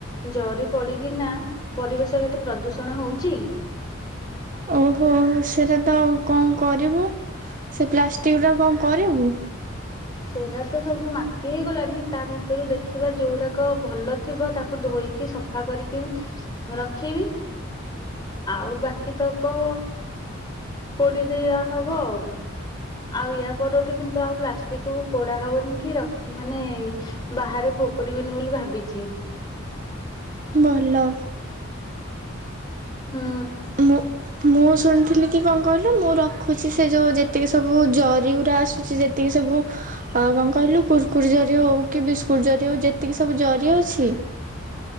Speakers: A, on the left; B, on the right.
A: ଜରି ପଡିକିନା ପରିବେଶ କେତେ ପ୍ରଦୂଷଣ ହଉଛି।
B: ଓହୋ ସେଇଟା ତ କଣ କରିବୁ ସେ ପ୍ଲାଷ୍ଟିକ୍ଟା କଣ କରିବୁ?
A: ସେଟା ତ ସବୁ ମାଟି ହେଇଗଲାଣି ତା ଭିତରୁ ଦେଖିବା ଯୋଉଡାକ ଭଲ ଥିବ ତାକୁ ଧୋଇକି ସଫା କରିକି ରଖିବି ଆଉ ବାକି ତକ ପୋଡି ଦେଇବା ହବ ଆ ଆଉ ୟା ପରଠୁ କିନ୍ତୁ ଆଉ ପ୍ଲା କୁ ପୋଡା ହବନି କି ମାନେ ବାହାରେ ଫୋପଡିବିନି ବୋଲି ଭାବିଛି।
B: ଭଲ।
A: ହୁଁ
B: ମୁ ଶୁଣିଥିଲି କି କଣ କ ରଖୁଛି ସେ ଯୋଉ ଯେତିକି ସବୁ ଜରି ଗୁଡା ଆସୁଛି ଯେତିକି ସବୁ କଣ କହିଲୁ କୁର୍କୁର ଜରି ହଉ କି ବିସ୍କୁଟ ଜରି ହଉ ଯେତିକି ସବୁ ଜରି ଅଛି।